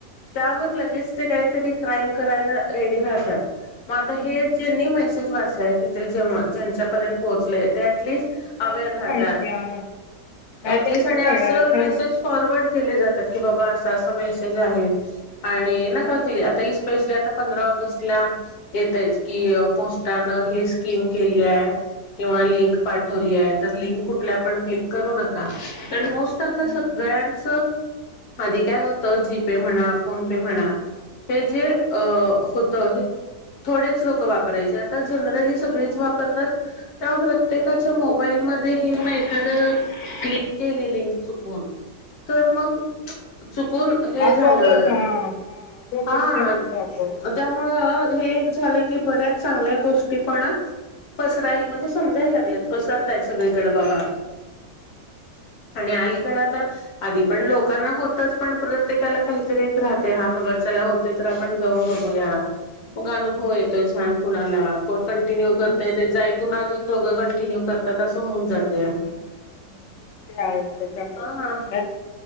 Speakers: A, on the left (about 65°); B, on the left (about 85°).
A: त्याव लगेच ते काहीतरी क्राईम कराय रेडी राहतात मग आता
B: हम्म
A: हे ज्यानी मेसेज वाचलाय किथ जे ज्यांच्यापर्यंत पोहोचलेय त्यातलीच
B: त्यालाच
A: अवेर राहतात
B: माहिती हा
A: याटलिस्ट
B: आता कुठे
A: आणि अस
B: कळणार खरंच
A: मेसेज फॉरवर्ड केले जातात की बाबा असा असा मेसेज आहे आणि नका
B: हम्म
A: कली आता इपेशलला आता पंधरा ऑगस्टला येतयच की पोस्टानं हे स्कीम केली आहे किंवा लिंक पाठवली आहे तर लिंक कुठल्या पण क्लिक करू नका पण मोस्ट आता
B: हम्म
A: सगळ्यांचं आधी काय होतं जीपे म्हणा फोन पे म्हणा हे जे होत हे थोडेच लोक वापर पराचे आता जनरली सगळीच
B: हो हो
A: वापरतात आता प्रत्येकाच्या
B: हो हो हो हो
A: मोबाईलमध्ये हे मे एखाद्याच क्लिक केलेली लिंक चुकून तर मग चुकून हे
B: आसोबाच
A: झालं
B: आ हा आपोआपच
A: हा
B: ते होतं आपोआप
A: त्यामुळं हे एक झालं की बऱ्याच चांगल्या गोष्टी पण पसरायला म्हणजे समजायला लागलेत पसरतायत सगळीकडें बाबा आणि अलीकड आता आधी पण लोकांना होतच पण प्रत्येकाला काहीतरी राहतय हा बाबा चला होतय तर आपण जाऊन बघूया
B: हम्म.
A: मग अनुभव येतो छान कुणाला कोण कंटिन्यू
B: हम्म,
A: करतय त्याच आयकून अजून दोघं कंटिन्यू करत तसं होऊन जाते
B: ह ह हम ते आहेच त्याच्या मुळे
A: हा